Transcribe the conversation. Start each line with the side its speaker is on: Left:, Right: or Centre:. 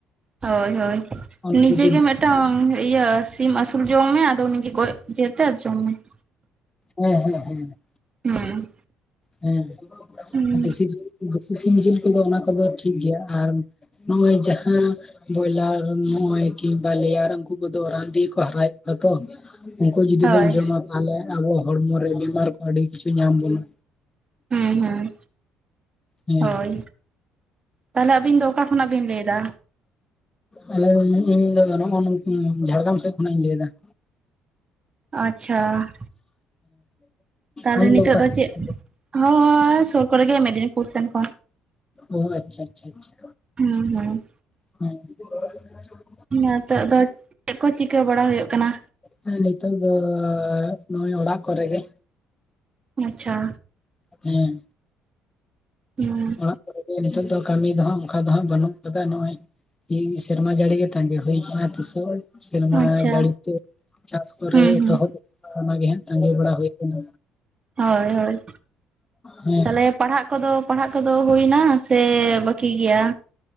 Right: ᱦᱳᱭ ᱦᱳᱭ
Left: ᱚᱱᱟ
Right: ᱱᱤᱡᱮ
Left: ᱡᱩᱫᱤ
Right: ᱜᱮ ᱢᱤᱫᱼᱼ ᱢᱤᱫᱴᱟᱝ ᱤᱭᱟᱹ ᱥᱤᱢ ᱟᱹᱥᱩᱞ ᱡᱚᱝ ᱢᱮ ᱟᱫᱚ ᱩᱱᱤᱜᱮ ᱜᱚᱡ ᱡᱤᱛᱮ ᱡᱚᱢ ᱢᱮ ᱾
Left: ᱦᱮᱸ ᱦᱮᱸ ᱦᱮᱸ
Right: ᱦᱩᱸ
Left: ᱦᱮᱸ
Right: ᱦᱩᱸ
Left: ᱫᱮᱥᱤ ᱡᱤᱞ ᱫᱮᱥᱤ ᱥᱤᱢ ᱡᱤᱞ ᱠᱚᱫᱚ ᱚᱱᱟ ᱠᱚᱫᱚ ᱴᱷᱤᱠ ᱜᱮᱭᱟ ᱟᱨ ᱱᱚᱜ-ᱚᱭ ᱡᱟᱦᱟᱸ ᱵᱚᱭᱞᱟᱨ ᱱᱚᱜ-ᱚᱭ ᱠᱤᱝᱵᱟ ᱞᱮᱭᱟᱨ ᱩᱱᱠᱩ ᱠᱚᱫᱚ ᱨᱟᱱ ᱛᱮᱜᱮ ᱠᱚ ᱦᱟᱨᱟᱭᱮᱫ ᱠᱚᱣᱟ ᱛᱚ, ᱩᱱᱠᱩ ᱡᱩᱫᱤ
Right: ᱦᱳᱭ
Left: ᱵᱚᱱ ᱡᱚᱢᱟ ᱛᱟᱦᱞᱮ ᱟᱵᱚ ᱦᱚᱲᱢᱚᱨᱮ ᱵᱤᱢᱟᱨ ᱠᱚ ᱟᱹᱰᱤ ᱠᱤᱪᱷᱩ ᱧᱟᱢ ᱵᱚᱱᱟ᱾
Right: ᱦᱩᱸ ᱦᱩᱸ
Left: ᱦᱮᱸ
Right: ᱦᱳᱭ ᱛᱟᱦᱞᱮ ᱟᱵᱤᱱ ᱫᱚ ᱚᱠᱟ ᱠᱷᱚᱱᱟᱜ ᱵᱤᱱ ᱞᱟᱹᱭᱫᱟ?
Left: ᱟᱞᱮ ᱤᱧ ᱫᱚ ᱱᱚᱜ-ᱚ ᱱᱚᱱᱛᱮ ᱡᱷᱟᱲᱜᱟᱢ ᱥᱮᱫ ᱠᱷᱚᱱᱟᱜ ᱤᱧ ᱞᱟᱹᱭᱫᱟ᱾ ᱦᱮᱸ
Right: ᱟᱪᱪᱷᱟ ᱛᱟᱦᱞᱮ
Left: ᱟᱢ
Right: ᱱᱤᱛᱚᱜ
Left: ᱚᱠᱟ
Right: ᱫᱚ
Left: ᱥᱮᱫ
Right: ᱪᱮᱫ
Left: ᱠᱷᱚᱱᱟᱜ
Right: ᱦᱚᱸ ᱥᱩᱨ ᱠᱚᱨᱮᱜᱮ ᱢᱮᱫᱽᱱᱤᱯᱩᱨ ᱥᱮᱱ ᱠᱷᱚᱱ
Left: ᱳ ᱟᱪᱪᱷᱟ ᱟᱪᱪᱷᱟ ᱟᱪᱪᱷᱟ
Right: ᱦᱩᱸ ᱦᱩᱸ
Left: ᱦᱩᱸ
Right: ᱱᱤᱛᱚᱜ ᱫᱚ ᱪᱮᱫ ᱠᱚ ᱪᱤᱠᱟᱹ ᱵᱟᱲᱟ ᱦᱩᱭᱩᱜ ᱠᱟᱱᱟ?
Left: ᱦᱮᱸ ᱱᱤᱛᱳᱝ ᱫᱚ ᱱᱚᱜ-ᱚᱭ ᱚᱲᱟᱜ ᱠᱚᱨᱮ ᱜᱮ᱾
Right: ᱟᱪᱪᱷᱟ
Left: ᱦᱮᱸ
Right: ᱦᱩᱸ
Left: ᱚᱲᱟᱜ ᱠᱚᱨᱮ ᱱᱤᱛᱳᱝ ᱫᱚ ᱠᱟᱹᱢᱤ ᱫᱚᱦᱟᱜ ᱚᱱᱠᱟ ᱫᱚᱦᱟᱸᱜ ᱵᱟᱹᱱᱩᱜ ᱠᱟᱫᱟ ᱱᱚᱜ-ᱚᱭ ᱤ ᱥᱨᱢᱟ ᱡᱟᱹᱲᱤ ᱜᱮ ᱛᱟᱸᱜᱤ ᱦᱩᱭ ᱠᱟᱱᱟ ᱛᱤᱥᱚᱜ ᱥᱮᱨᱢᱟ
Right: ᱟᱪᱪᱷᱟ
Left: ᱡᱟᱹᱲᱤ ᱛᱮ ᱪᱟᱥ ᱠᱚᱨᱮ
Right: ᱦᱩᱸ
Left: ᱮᱛᱚᱦᱚᱵ
Right: ᱦᱩᱸ
Left: ᱦᱩᱭᱩᱜᱼᱟ, ᱚᱱᱟᱜᱮ ᱦᱟᱸᱜ ᱛᱟᱸᱜᱤ ᱵᱟᱲᱟ ᱦᱩᱭ ᱠᱟᱱᱟ᱾
Right: ᱦᱳᱭ ᱦᱳᱭ
Left: ᱦᱮᱸ
Right: ᱛᱟᱦᱞᱮ ᱯᱟᱲᱦᱟᱜ ᱠᱚᱫᱚ ᱯᱟᱲᱦᱟᱜ ᱠᱚᱫᱚ ᱦᱩᱭᱱᱟ ᱥᱮ ᱵᱟᱹᱠᱤ ᱜᱮᱭᱟ?